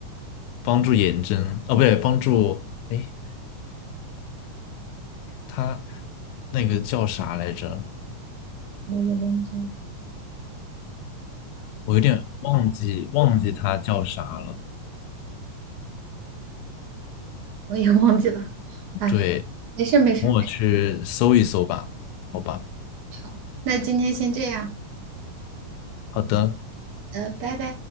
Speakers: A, on the left; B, on the right.
A: <laughs> 帮助颜真，啊，不对，帮助，哎，他那个叫啥来着？
B: 我也忘记了，
A: 我有点忘记忘记他叫啥了。
B: 我也忘记了。哎，
A: 对，
B: 没事儿没事儿
A: 等我去搜一搜吧，好吧。
B: 好，那今天先这样。
A: 好的，
B: 呃，拜拜。